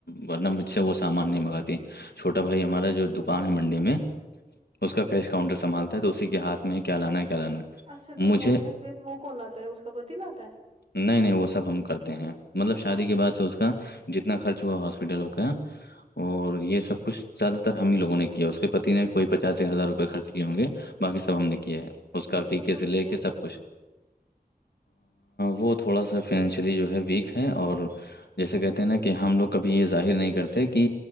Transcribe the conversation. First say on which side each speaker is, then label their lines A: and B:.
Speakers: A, on the left; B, on the right.
A: ورنہ مجھ سے وہ سامان نہیں منگاتی چھوٹا بھائی ہمارا جو دکان ہے منڈی میں اس کا کیش کاؤنٹر سنھالتا ہے تو اسی کے ہاتھ میں کیا لانا ہے کیا لانا ہے
B: اچھا دودھ
A: مجھے
B: آتا ہے پھر وہ کون لاتتا ہے اس کا پتی لاتا ہے
A: نہیں نہیں وہ سب ہم کرتے ہیں مطلب شادی
B: کیوں
A: کے بعد اس کا جتنا خرچ ہوا ہاسپٹل کا اور یہ سب کچھ زیادہ تر ہم ہی لوگوں نے کیا اس کے پتی نے کوئی پچاس ایک ہزار روپئے خرچ کیے ہوں گے باقی سب ہم نے کیا ہے اس کا عقیقے
B: نے کیوں نہیں
A: سے لے
B: کیا
A: کے سب کچھ وہ تھوڑا سا فنینشلی جو ہے ویک ہے اور جیسے کہتے ہیں نا کہ ہم لوگ کبھی یہ ظاہر نہیں کرتے کہ